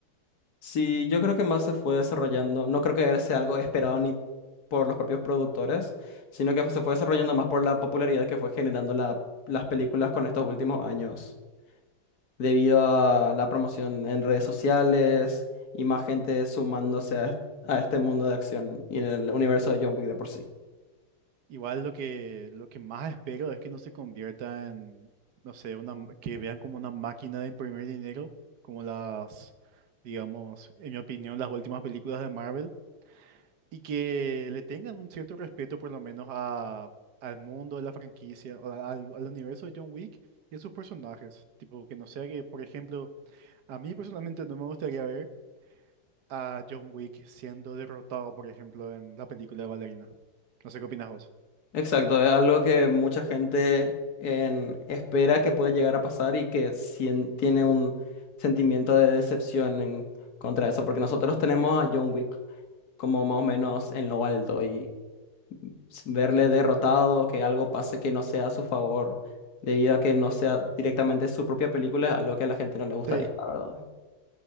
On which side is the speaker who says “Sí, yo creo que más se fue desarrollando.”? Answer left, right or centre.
Left